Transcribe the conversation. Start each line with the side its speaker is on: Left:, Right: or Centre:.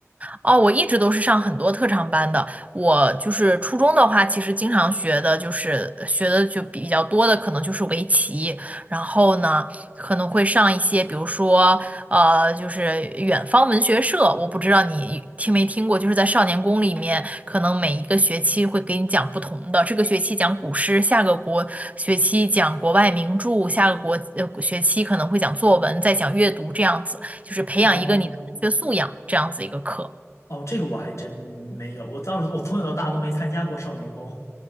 Right: 哦，我一直都是上很多特长班的。我就是初中的话，其实经常学的就是学的就比较多的，可能就是围棋。然后呢，可能会上一些，比如说呃，就是远方文学社。我不知道你听没听过，就是在少年宫里面，可能每一个学期会给你讲不同的。这个学期讲古诗，下个国学期讲国外名著，下个国呃学期可能会讲作文，再讲阅读，这样子，就是培养一个你的文学素养这样子一个课。
Left: 哦哦，这个我还真没有，我倒是我从小到大都没参加过少年宫。